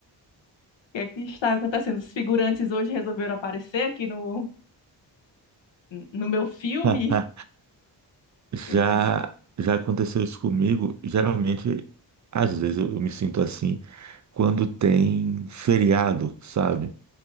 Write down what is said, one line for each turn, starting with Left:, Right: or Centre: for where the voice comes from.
Left: O que é que está acontecendo? Os figurantes hoje resolveram aparecer aqui no, no meu filme?
Right: <laughs>
Left: Eu-
Right: Já, já aconteceu isso comigo. Geralmente, às vezes eu, eu me sinto assim quando tem feriado, sabe?